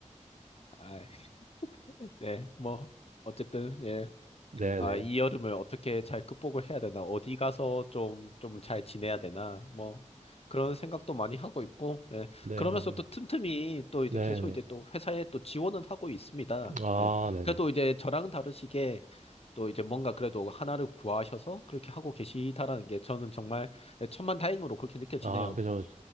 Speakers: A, on the left; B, on the right.
A: 아이, 네, 뭐, 어쨌든, 예.
B: 네네.
A: 아, 이 여름을 어떻게 잘 극복을 해야 되나, 어디 가서 좀, 좀 잘 지내야 되나, 뭐, 그런 생각도 많이 하고 있고, 예.
B: 네,
A: 그러면서
B: 그죠.
A: 또 틈틈이 또 이제
B: 네네.
A: 계속 이제 또 회사에 또 지원은 하고 있습니다.
B: 아,
A: 예.
B: 네네.
A: 그래도 이제 저랑 다르시게 또 이제 뭔가 그래도 하나를 구하셔서 그렇게 하고 계시다라는 게 저는 정말 천만다행으로 그렇게 느껴지네요.
B: 아, 그죠.